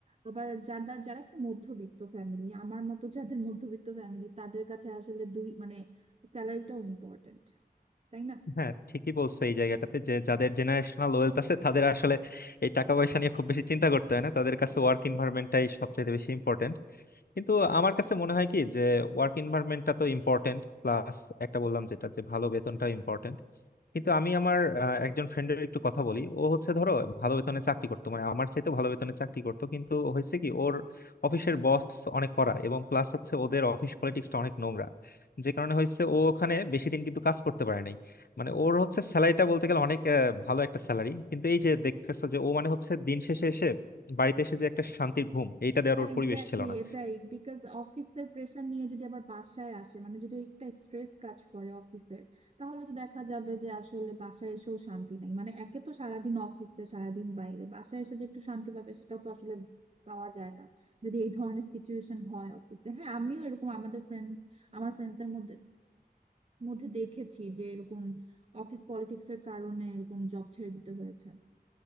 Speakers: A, on the right; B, on the left.
A: আবার যারা যারা একটু মধ্যবিত্ত ফ্যামিলি আমার মতো যাদের মধ্যবিত্ত ফ্যামিলি তাদের কাছে আসলে দুই মানে স্যালারিটাও ইম্পর্টেন্ট তাই না
B: হ্যাঁ ঠিকই বলছো এই জায়গাটাতে যে যাদের জেনারেশনাল ওয়েলথ আছে তাদের আসলে এই টাকা পয়সা নিয়ে খুব বেশি চিন্তা করতে হয় না তাদের কাছে ওয়ার্ক এনভায়রনমেন্টটাই সবচেয়ে বেশি ইম্পর্টেন্ট কিন্তু আমার কাছে মনে হয় কি যে ওয়ার্ক এনভায়রনমেন্টটা তো ইম্পর্টেন্ট প্লাস একটা বললাম যেটা যে ভালো বেতনটা ইম্পর্টেন্ট কিন্তু আমি আমার আহ, একজন ফ্রেন্ডের একটু কথা বলি ও হচ্ছে ধরো ভালো বেতনে চাকরি করতো মানে আমার চাইতে ভালো বেতনে চাকরি করতো কিন্তু হয়েছে কি ওর অফিসের বস অনেক কড়া এবং প্লাস হচ্ছে ওদের অফিস পলিটিক্সটা অনেক নোংরা যে কারণে হয়েছে ও ওখানে বেশি দিন কিন্তু কাজ করতে পারে না মানে ওর হচ্ছে স্যালারিটা বলতে গেলে অনেক আহ, ভালো একটা স্যালারি কিন্তু এই যে দেখতেছো যে ও মানে হচ্ছে দিন শেষে এসে বাড়িতে এসে যে একটা শান্তির ঘুম এইটা দেওয়ার ওর
A: এক্স্যাক্টলি
B: পরিবেশ ছিল না
A: এটাই বিকজ অফিসের প্রেশার নিয়ে যদি আবার বাসায় আসে মানে যদি একটা স্ট্রেস কাজ করে অফিসের তাহলে তো দেখা যাবে যে আসলে বাসায় এসেও শান্তি নাই মানে একে তো সারাদিন অফিসে সারাদিন বাইরে বাসায় এসে যে একটু শান্তি পাবে সেটা তো আসলে পাওয়া যায় না যদি এই ধরনের সিচুয়েশন হয় অফিসে হ্যাঁ আমিও এরকম আমাদের ফ্রেন্ডস আমার ফ্রেন্ডসদের মধ্যে মধ্যে দেখেছি যে এরকম অফিস পলিটিক্স এর কারণে এরকম জব ছেড়ে দিতে হয়েছে